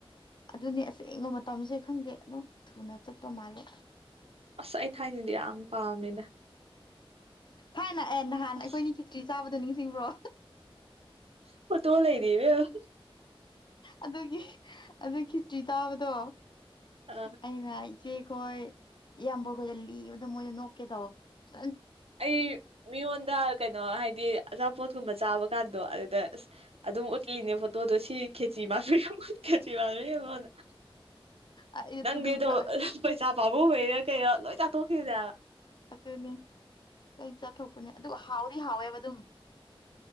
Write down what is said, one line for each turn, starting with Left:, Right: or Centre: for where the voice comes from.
Left: ꯑꯗꯨꯅꯤ ꯑꯁꯦꯡꯕ ꯃꯇꯝꯁꯨꯦ ꯈꯪꯗꯦ ꯑꯗꯨꯝ ꯊꯨꯅ ꯆꯠꯄ ꯃꯥꯜꯂꯦ
Right: ꯑꯁ ꯑꯩ ꯊꯥꯏꯅꯗꯤ ꯌꯥꯝ ꯄꯥꯝꯃꯦꯗ
Left: ꯊꯥꯏꯅ ꯑꯦ ꯅꯍꯥꯟ
Right: ꯑꯁ
Left: ꯑꯩꯈꯣꯏꯅꯤ ꯈꯦꯆꯔꯤ ꯆꯥꯕꯗꯣ ꯅꯤꯡꯁꯤꯡꯕ꯭ꯔꯣ
Right: ꯐꯣꯇꯣ ꯂꯩꯔꯤ ꯏꯕꯦꯝꯃꯥ
Left: ꯑꯗꯨꯒꯤ ꯑꯗꯨꯒꯤ ꯈꯦꯆꯔꯤ ꯆꯕꯗꯣ
Right: ꯑꯥ
Left: ꯑꯩꯅ ꯢꯆꯦꯈꯣꯏ ꯏꯌꯥꯝꯕꯈꯣꯏꯗ ꯂꯤꯕꯗ ꯃꯣꯏꯗ ꯅꯣꯛꯀꯦ ꯇꯧꯕꯅꯦ
Right: ꯑꯩ ꯃꯤꯉꯣꯟꯗ ꯀꯩꯅꯣ ꯍꯥꯏꯗꯤ ꯑꯆꯥꯄꯣꯠꯀꯨꯝꯕ ꯆꯥꯕ ꯀꯥꯟꯗꯣ ꯑꯗꯨꯗ ꯑꯁ ꯑꯗꯨꯝ ꯎꯠꯂꯤꯅꯦ ꯐꯣꯇꯣꯗꯣ ꯁꯤ ꯈꯦꯆꯤ ꯃꯥꯟꯕꯤ ꯈꯦꯆꯤ ꯃꯥꯟꯕꯤ ꯌꯦꯡꯉꯣꯟꯗ <unintelligible> <inaudible>
Left: ꯑꯩ ꯑꯗꯨ
Right: ꯅꯪꯒꯤꯗꯣ
Left: ꯅꯨꯃꯤꯠꯁꯨ
Right: ꯄꯩꯁꯥ ꯄꯥꯕꯨꯡ ꯍꯩꯔ ꯀꯩꯔꯣ ꯂꯣꯏ ꯆꯥꯊꯣꯛꯈꯤꯕꯅꯦꯕ
Left: ꯑꯅꯤ ꯀꯔꯤ ꯆꯥꯊꯣꯛꯄꯅꯦ ꯑꯗꯨꯒ ꯍꯥꯎꯗꯤ ꯍꯥꯎꯋꯦꯕ ꯑꯗꯨꯝ